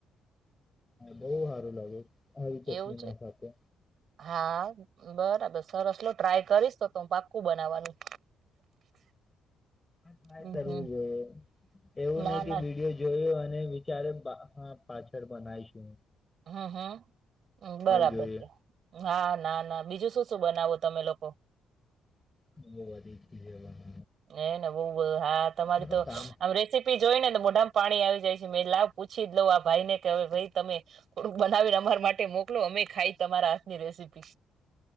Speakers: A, on the left; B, on the right.
A: બહુ હારું લાગે <unintelligible> ચટણી
B: એવું છે
A: ના ખાવ કે
B: હા બરાબર સર રસલો ટ્રાય કરીશ તો તો હ પાક્કું બનાવવાનું.
A: ટ્રાય
B: હમ
A: કરવું
B: હમ
A: જોઈએ. એવું
B: ના
A: નહ કે
B: ના
A: વિડીયો જોયો અને ક્યારે બા હા પાછળ બનાયશું.
B: હમ્મ હમ્મ બરાબર
A: જોઈએ
B: છે. હા ના ના બીજું શું શું બનાવો તમે લોકો?
A: <unintelligible>
B: એ ને બહુ હા તમારી
A: આપણે
B: તો
A: કામ
B: આમ રેસીપી જોઈને એટલે મોઢામાં પાણી આવી જાય છે. મે લાવ પૂછીજ લઉ આ ભાઈ ને, કે હવે ભાઈ તમે થોડુંક બનાવીને અમાર માટે મોકલો અમે ખાઈ તમારા ની રેસીપી.